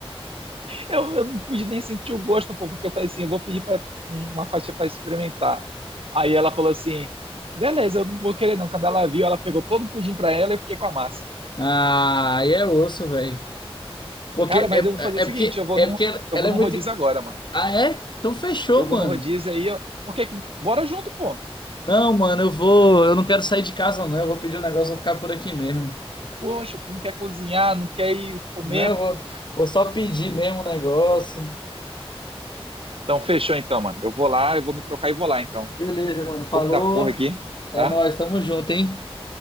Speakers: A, on the right (about 65°); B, on the left (about 50°).
A: Eu, eu não pude nem sentir o gosto, pô, porque eu falei assim, eu vou pedir pra, um, uma fatia para experimentar. Aí ela falou assim, beleza, eu não vou querer não. Quando ela viu, ela pegou todo o pudim pra ela e eu fiquei com a massa.
B: Ah, aí é osso, velho. Porque
A: Cara,
B: é,
A: mas
B: é
A: eu vou fazer o seguinte,
B: é porque
A: eu vou
B: é
A: num,
B: porque ela
A: eu
B: ela
A: vou
B: é
A: num
B: muito.
A: rodízio agora, mano.
B: Ah, é? Então fechou,
A: Eu vou
B: mano.
A: num rodízio aí, ó. porque bora junto, pô.
B: Não, mano, eu vou. Eu não quero sair de casa, não. Eu vou pedir um negócio, vou ficar por aqui mesmo.
A: Poxa, não quer cozinhar, não quer ir comer,
B: Não, eu vou,
A: pô.
B: vou só pedir mesmo o negócio.
A: Então, fechou então, mano. Eu vou lá, eu vou me trocar e vou lá, então.
B: Beleza, mano.
A: Não
B: Falou.
A: vou me dar porra aqui,
B: É
A: tá?
B: nóis, tamo junto, hein?